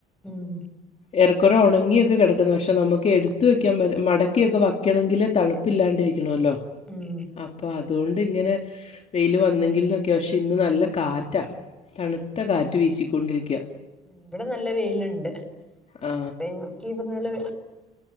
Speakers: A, in the centre; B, on the left.
A: ഉം
B: ഏറക്കുറെ ഒണങ്ങിയൊക്കെ കിടക്കുന്നു പക്ഷെ നമുക്ക് എടുത്ത് വയ്ക്കാൻ മടക്കിയൊക്കെ വയ്ക്കണെങ്കില് തണുപ്പില്ലാണ്ടിരി ക്കണോല്ലോ
A: ഉം
B: അപ്പ അത് കൊണ്ട് ഇങ്ങനെ വെയില് വന്നെങ്കിൽ എന്നൊക്കെ പക്ഷെ ഇന്ന് നല്ല കാറ്റാ തണുത്ത കാറ്റ് വീശിക്കൊണ്ടിരിക്കു
A: ഇവിടെ നല്ല വെയിലുണ്ട്
B: ആ,
A: അപ്പൊ എനിക്കി പറഞ്ഞപോലെ